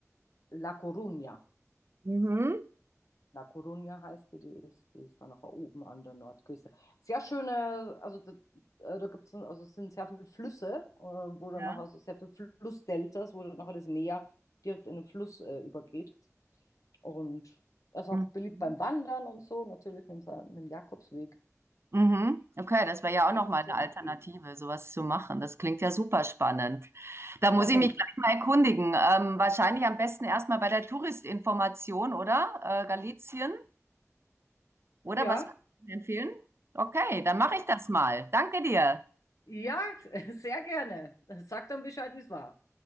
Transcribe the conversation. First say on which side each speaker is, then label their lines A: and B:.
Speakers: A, on the left (about 80°); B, on the right (about 50°).
A: La Coruña.
B: Mhm.
A: La Coruña heißt die, die ist, die ist dann auch oben an der Nordküste. Sehr schöne, also da, äh, da gibt's, ein- also es sind sehr viele Flüsse, äh, wo dann
B: Ja.
A: auch, also sehr viele Flussdeltas, wo dann nachher das Meer direkt in den Fluss äh, übergeht. Und er ist auch
B: Mhm.
A: beliebt beim Wandern und so, natürlich mit, dem Sa- mit dem Jakobsweg.
B: Mhm. Okay, das wäre ja
A: Kann
B: auch nochmal
A: ich dir
B: eine
A: empfehlen.
B: Alternative, sowas zu machen. Das klingt ja super spannend. Da muss
A: <laughs>
B: ich mich gleich mal erkundigen. Ähm, wahrscheinlich am besten erstmal bei der Touristinformation, oder? Äh, Galizien, oder
A: Ja,
B: was würdest du mir empfehlen? Okay, dann mache
A: äh,
B: ich das mal. Danke dir.
A: ja, <laughs> sehr gerne. Sag dann Bescheid, wie es war.